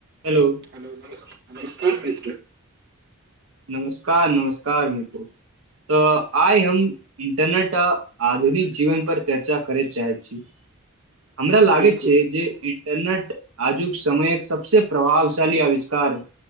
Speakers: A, on the right; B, on the right.
A: Hello
B: हो नकार कठ
A: नमस्कार नमस्कार मित्र तऽ आइ हम इंटरनेट आ आधुनिक जीवन पर चर्चा करय चाहैत छी। हमरा लागे
B: बिल्कुल
A: छै जे न्नट आजुक समयक सबस प्रभावशाली अविष्कार